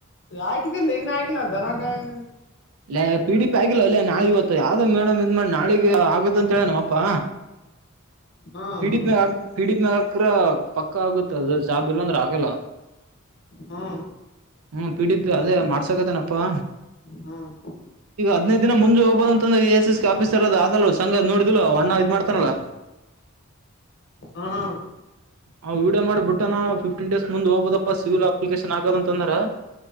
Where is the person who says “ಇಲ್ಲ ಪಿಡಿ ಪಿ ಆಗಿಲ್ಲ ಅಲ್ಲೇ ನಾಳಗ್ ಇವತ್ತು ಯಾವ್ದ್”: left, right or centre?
Right